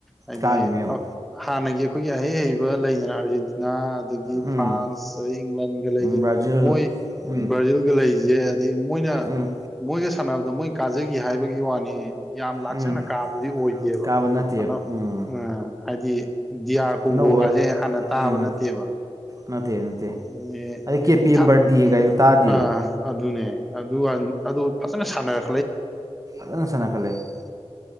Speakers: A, in the centre; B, on the right.
A: ꯍꯥꯏꯗꯤ
B: ꯀꯥꯒꯤꯅꯦꯕ
A: ꯍꯥꯟꯅꯒꯤ ꯑꯩꯈꯣꯏꯒꯤ ꯑꯍꯩ ꯍꯩꯕ ꯂꯩꯗꯅ ꯑꯥꯔꯖꯦꯟꯇꯤꯅꯥ ꯑꯗꯒꯤ
B: ꯎꯝ
A: ꯐ꯭ꯔꯥꯟꯁ ꯑꯗꯩ ꯏꯪꯂꯦꯟꯒ ꯂꯩꯁꯦ
B: ꯕ꯭ꯔꯥꯖꯤꯜ
A: ꯃꯣꯏ
B: ꯎꯝ
A: ꯕ꯭ꯔꯥꯖꯤꯜꯒ ꯂꯩꯁꯦ ꯑꯗꯩ ꯃꯣꯏꯅ
B: ꯎꯝ
A: ꯃꯣꯏꯅ ꯁꯥꯟꯅꯕꯗꯣ ꯃꯣꯏ ꯀꯥꯖꯈꯤ ꯍꯥꯏꯕꯒꯤ ꯋꯥꯅꯤ ꯌꯥꯝ ꯂꯥꯛꯆꯅ
B: ꯎꯝ
A: ꯀꯥꯕꯗꯨꯗꯤ ꯑꯣꯏꯗꯦꯕ
B: ꯀꯥꯕ ꯅꯠꯇꯦ
A: ꯑꯗꯣ
B: ꯎꯝ
A: ꯍꯥꯏꯗꯤ ꯗꯤ ꯌꯑꯥꯔ ꯀꯣꯡꯒꯣꯒꯁꯦ
B: ꯑꯅꯧꯕ
A: ꯍꯥꯟꯅ ꯇꯥꯕ
B: ꯎꯝ
A: ꯅꯠꯇꯦꯕ
B: ꯅꯠꯇꯦ ꯅꯠꯇꯦ
A: ꯅꯪꯗꯤ
B: ꯑꯗꯩ ꯀꯦꯄꯦ
A: ꯏꯊꯥ
B: ꯕꯔꯗꯦ ꯒꯥꯏꯗꯣ ꯇꯥꯗꯦꯕ
A: ꯑ ꯑꯗꯨꯅꯦ ꯑꯗꯨꯒ ꯑꯗꯨ ꯐꯖꯅ ꯁꯥꯟꯅꯔꯦ
B: ꯅ ꯁꯅ ꯈꯜꯦ <unintelligible>